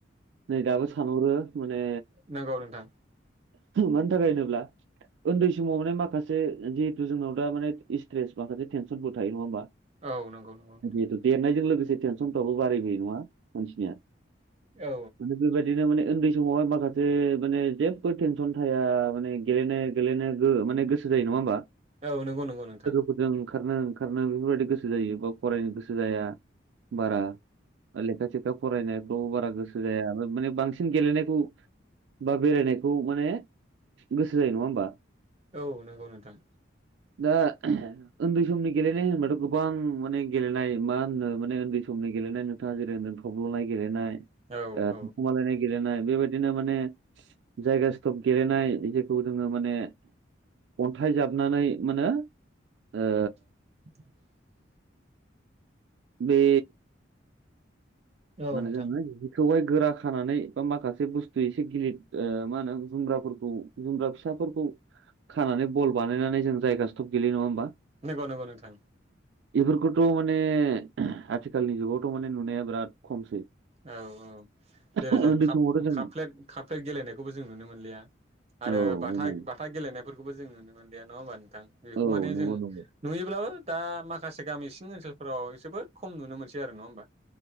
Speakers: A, on the right; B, on the right.
A: नै दाबो सानहरो माने
B: नंगौ नोंथां
A: मानि थाखाय होनोब्ला उन्दै समाव माने माखासे जिहेथु जोंनाव दा माने स्ट्रेस माखासे टेनसनफोरबो थायो नङा होमबा?
B: औ नंगौ नंगौ नोंथां
A: बेथ' देरनायजों लोगोसे फ्रो बारायबो नङा मानसिया
B: औ
A: दा बेफोरबायदिनो उन्दै समावहाय माखासे माने जेबो टेनसन थाया माने गेलेनो गेलेनो माने गोसो जायो नङा होमबा?
B: औ नंगौ नंगौ नोंथां
A: फोरफोरजों ओंखारनो ओंखारनो बेफोरबायदि गोसो जायो बा फरायनो गोसो जाया बारा लेखा थेखा फरायनायफ्रावबो बारा गोसो जाया माने बांसिन गेलेनायखौ बा बेरायनायखौ माने गोसो जायो नङा होनबा?
B: औ नंगौ नोंथां
A: दा उन्दै समनि गेलेनाय होनोबाथ' गोबां माने गेलेनाय मा होननो माने उन्दै समनि गेलेनाय <unintelligible> थब्ल'नाय गेलेनाय ओ
B: औ औ
A: थाखुमालायनाय गेलेनाय बेबायदिनो माने जायगा स्टप गेलेनाय जेखौ जोङो माने अन्थाइ जाबनानै मानो ओ
B: <inaudible>
A: बे
B: औ
A: मानो
B: नोंथां
A: जों बेखौ थहाइ गोरा खानानै बा माखासे बुस्थु एसे गिलिर ओ मा होनो जुमग्राफोरखौ जुमग्रा फिसाफोरखौ खानानै बल बानायनानै जों जायगासोथब गेलेयो नङा होमबा?
B: नंगौ नंगौ नोंथां
A: बेफोरखौथ' माने आथिखालनि जुगावथ' माने नुनाया बिराद खमसै।
B: औ औ जेरै
A: उन्दै
B: जों काप
A: समावथ' जों
B: काप फ्लेट गेलेनायखौबो जों नुनो मोनलिया। आरो
A: औ
B: बाथा
A: मोनो
B: बाथा गेलेनायफोरखौबो जों नुनो मोनलिया नङा होमबा नोंथां बेखौ
A: औ
B: माने
A: नंगौ
B: जों
A: नंगौ
B: नुयोब्लाबो दा माखासे गामि सिं ओनसोलफोराव जोबोद खम नुनो मोनसै आरो नङा होमबा?